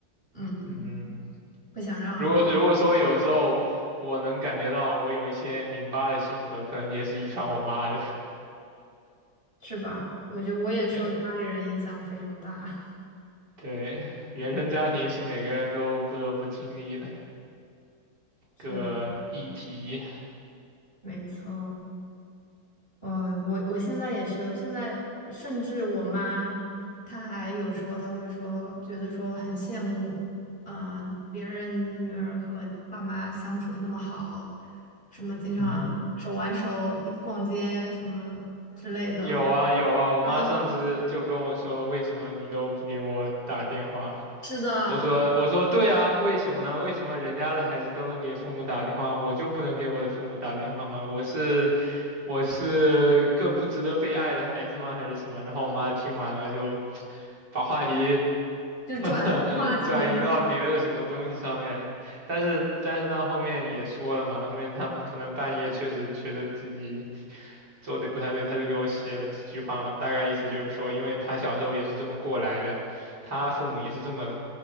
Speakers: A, on the left; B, on the right.
A: 嗯，
B: 嗯，
A: 不想让，
B: 如果如果说有时候我能感觉到我有一些拧巴的性格，可能也是遗传我妈的。
A: 是吧？我觉得我也受家里人影响非常大，
B: 对对，原生家庭是每个人都不得不经历的
A: <laughs> 是
B: 个议题。
A: 没错。我我我现在也是，我现在甚至我妈，她还有时候她会说，觉得说很羡慕，嗯、别人女儿和爸妈相处的那么好，什么经常手挽手一逛街什么之类的。
B: <laughs> 有啊有啊，我妈上次就跟我说，
A: 啊，
B: 为什么你都不给我打电话？
A: 是的，
B: 我说我说对啊，为什么呢？为什么人家的孩子都能给父母打电话，我就不能给我的父母打电话吗？我是我是更不值得被爱的孩子吗？还是什么？然后我妈听完了就把话题
A: 就转移话题
B: <laughs> 转移到别的什么东西上面，但是但是到后面也说了嘛，后面他可能半夜确实觉得自己做的不太对，他就给我写了几句话嘛，大概意思就是说，因为他小时候也是这么过来的，他父母也是这么